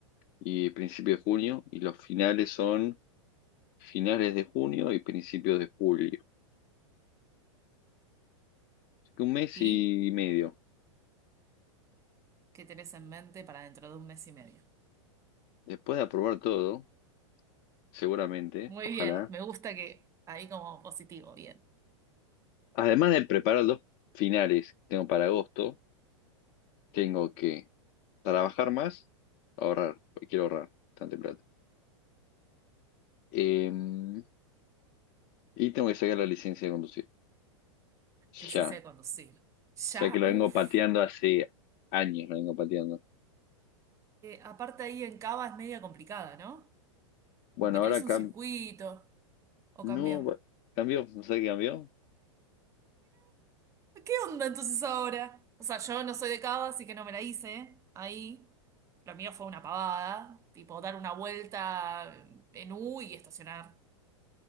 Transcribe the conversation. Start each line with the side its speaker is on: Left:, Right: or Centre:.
Left: y principio de junio y los finales son finales de junio y principios de julio. Así que un mes
Right: ¿Y
Left: y medio.
Right: qué tenés en mente para dentro de un mes y medio?
Left: Después de aprobar todo, seguramente,
Right: Muy
Left: ojalá.
Right: bien. Me gusta que ahí como positivo. Bien.
Left: Además de preparar los finales que tengo para agosto, tengo que trabajar más, ahorrar, porque quiero ahorrar bastante plata. Em, y tengo que sacar la licencia de conducir.
Right: Licencia
Left: Ya,
Right: de conducir. Ya,
Left: ya que la
Right: uff.
Left: vengo pateando hace años, la vengo pateando.
Right: aparte ahí en Cava es media complicada, ¿no?
Left: Bueno,
Right: Como que tenés
Left: ahora
Right: un
Left: cam-
Right: circuito. ¿O
Left: no,
Right: cambió?
Left: va- cambió, no sé qué cambió.
Right: ¿Qué onda entonces ahora? O sea, yo no soy de cava, así que no me la hice ahí. Lo mío fue una pavada, tipo dar una vuelta en U y estacionar.